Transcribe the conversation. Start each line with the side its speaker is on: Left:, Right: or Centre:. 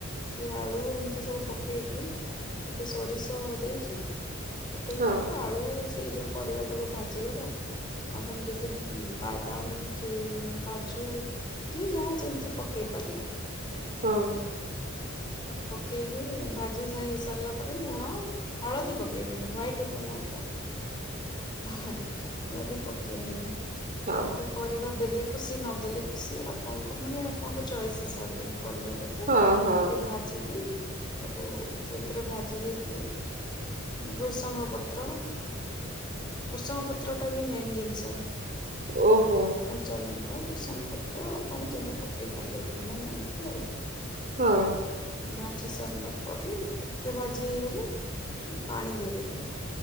Left: କି ଆଳୁ ଏମିତି ସବୁ ପକେଇକି ଟିକେ ସୋରିଷ ଦେଇକି। ଫୁଟେଇକି
Right: ହଁ
Left: ଆଳୁ ସେଇ ଯୋଉ ପରିବା ତକ ଭାଜିଦବା। ଆପଣ ଯଦି ବାଦାମ କି କାଜୁ, ଯିଏ ଯାହା ଯେମିତି ପକେଇ ପାରିଲା।
Right: ହଁ
Left: ପକେଇକି ଭାଜି ହେଇ ସାରିଲା ପରେ ଲୁଣ, ହଳଦୀ ପକେଇବେନି ହ୍ୱାଇଟ୍ ଉପମା ପୁରା। ହଳଦୀ ପକେଇ
Right: ହଁ
Left: ବାନି। ପରିବା ଦେଲେ ଖୁସି ନଦେଲେ ଖୁସି ଆପଣଙ୍କୁ ମାନେ ଆପଣଙ୍କ ଚଏସ୍ ହିସାବରେ ପରିବା ଦେବେ। ଟିକେ
Right: ହଁ ହଁ
Left: ଭାଜିକି ତାକୁ ସେଥିରେ ଭାଜି ଦେଇକି, ବୃସଙ୍ଗ ପତ୍ର, ବୃଷଙ୍ଗ ପତ୍ରଟା ବି ମେନ୍ ଜିନିଷ।
Right: ଓହୋ!
Left: କଞ୍ଚା ଲଙ୍କା ଭୃସଙ୍ଗ ପତ୍ର ଆପଣ ଯାହା ପକାଇ ପାରିଲେ ଉପମାଜାଣିଥିବେ ଆଉ।
Right: ହଁ
Left: ଭାଜି ସାରିଲା ପରେ ଟିକେ ଭାଜି ହେଇଗଲେ, ପାଣି ଦେଇଦେବେ